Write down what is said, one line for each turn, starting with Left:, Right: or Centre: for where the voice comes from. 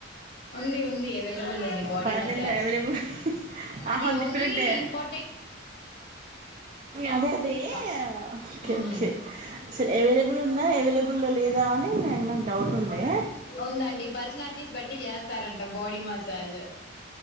Left: ఉంది ఉంది అవైలబుల్ ఉంది బాడీ
Right: పార్లర్లో
Left: మసాజ్
Right: అవైలబుల్
Left: అది
Right: ఆహం
Left: ఓన్లీ
Right: తిప్పినట్టే
Left: ఇంపో
Right: అదే అదేఓకేకే
Left: ఎక్క ఉమ్
Right: సో అవైలబుల్ ఉందా అవై లబ్ ఉల్ల లేదు కదా అని నేన్ డౌట్ ఉండే
Left: ఉందండి పర్సనాలిటీస్ బట్టి చేస్తారంట బాడీ మసాజ్